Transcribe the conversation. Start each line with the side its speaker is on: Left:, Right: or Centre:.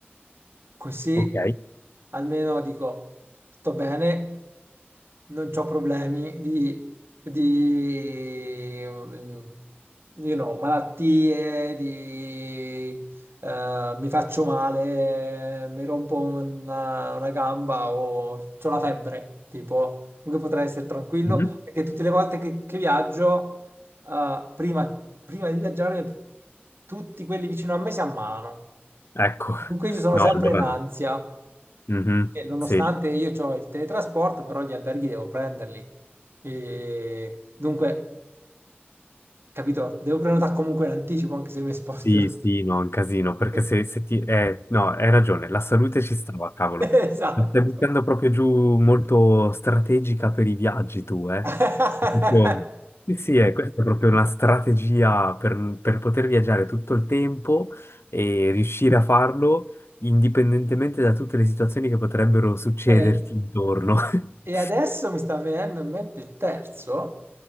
Right: Così
Left: ok.
Right: almeno dico tutto bene, non ho problemi di, di, mm, you know, malattie, di, eh, mi faccio male, mi rompo una, una gamba o ho la febbre, tipo, comunque potrei essere tranquillo,
Left: Mhm.
Right: perché tutte le volte che, che viaggio, eh, prima, prima di viaggiare, tutti quelli vicino a me si ammalano.
Left: Ecco,
Right: Dunque io sono
Left: no,
Right: sempre
Left: allora
Right: in ansia,
Left: no. Mhm,
Right: e nonostante
Left: Sì.
Right: Mm. io ho il teletrasporto, però gli alberghi devo prenderli. E dunque, capito, devo prenotare comunque in anticipo, anche se mi sposto.
Left: Sì, sì, no, è un casino, perché
Right: <laughs>
Left: se, se ti... eh, no, hai ragione, la salute ci stava, cavolo.
Right: Esatto.
Left: Mi Stai buttando proprio giù molto strategica per i viaggi tu, eh?
Right: <laughs>
Left: Proprio- Sì, sì, eh, questa è proprio una strategia per, per poter viaggiare tutto il tempo e riuscire a farlo indipendentemente da tutte le situazioni che potrebbero succederti
Right: E,
Left: intorno.
Right: e
Left: <laughs>
Right: adesso mi sta venendo in mente il terzo,